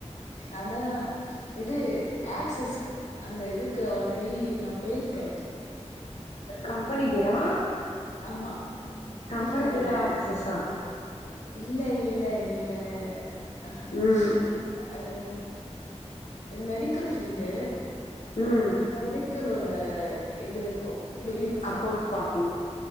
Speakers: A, on the left; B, on the left.
A: அதா இது ஆக்சஸ் அந்த இதுக்கு ஆல்ரெடி நா போயிருக்கே
B: கம்பெனி பேரா
A: ஆமா
B: கம்பெனி
A: இல்லெல்ல
B: பேரு ஆக்சிஸா
A: இது இல்ல இல்ல இல்ல உம் அஹ்
B: ம்
A: அது மெடிக்கல் ஃபீல்டு
B: ம்
A: மெடிக்கலோ த இது இருக்கு பில்லிங்ஸ்லா
B: அக்கௌண்ட்ஸ் பாக்கனு